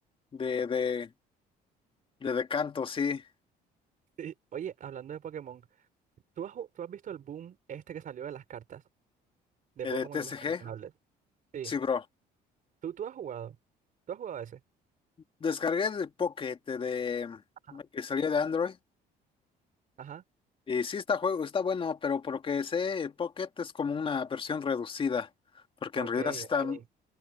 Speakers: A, on the left; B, on the right.
A: de, de, de Decanto, sí,
B: Sí. Oye, hablando de Pokémon, ¿tú has, ju- tú has visto el boom este que salió de las cartas de
A: eh,
B: Pokémon
A: de TCG.
B: y los coleccionables? Sí.
A: Sí, bro.
B: ¿Tú, tú has jugado? ¿Tú has jugado ese?
A: Descargué de Pocket eh, de
B: Ajá.
A: que salió de Android.
B: Ajá.
A: Y sí está juego, está bueno, pero por lo que sé, el Pocket es como una versión reducida. Porque
B: Ok,
A: en realidad sí está,
B: ok.